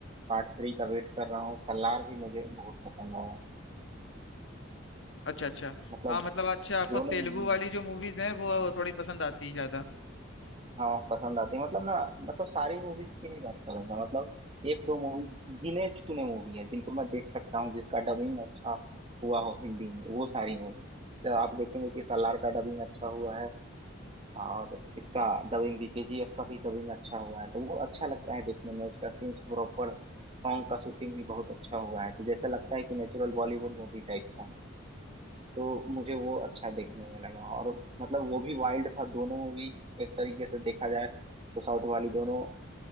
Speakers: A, on the right; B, on the left.
A: पार्ट थ्री का वेट कर रहा हूँ सलार भी मुझे बहुत पसंद आया
B: अच्छा अच्छा
A: मतलब
B: हाँ मतलब अच्छा आपको
A: दोनों
B: तेलुगु
A: मूवी
B: वाली जो मूवीज हैं वो थोड़ी पसंद आती हैं ज्यादा
A: हाँ पसंद आती है मतलब ना मतलब सारी मूवीज की नहीं बात करूंगा मतलब एक दो मूवी गिने चुने मूवी है जिनको मैं देख सकता हूँ जिसका डबिंग अच्छा हुआ हो हिंदी में वो सारी मूवी तो आप देखेंगे कि सलार का डबिंग अच्छा हुआ है और इसका डबिंग भी केजीएफ का भी डबिंग अच्छा हुआ है तो वो अच्छा लगता है देखने में उसका सीन्स प्रॉपर सॉन्ग का शूटिंग भी बहुत अच्छा हुआ है तो जैसा लगता है कि नेचुरल बॉलीवुड मूवी टाइप का। तो मुझे वो अच्छा देखने में लगा और मतलब वो भी वाइल्ड था दोनों मूवी एक तरीके से देखा जाए तो साउथ वाली दोनों